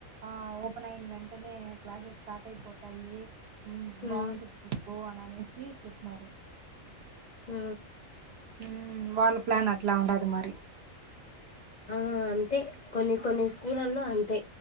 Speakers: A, on the right; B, on the left.
A: ఆ ఓ ఓపెన్ అయిన వెంటనే క్లాసెస్ స్టార్ట్ అయిపోతాయి
B: ఉమ్
A: బాగుంటుది పో అన్నాలి <unintelligible> చెపనారు
B: ఉ
A: ఉమ్, వాళ్ళ ప్లాన్ అట్లా ఉండదు మరి
B: ఆ అంతే కొన్ని కొన్ని స్కూలలో అంతే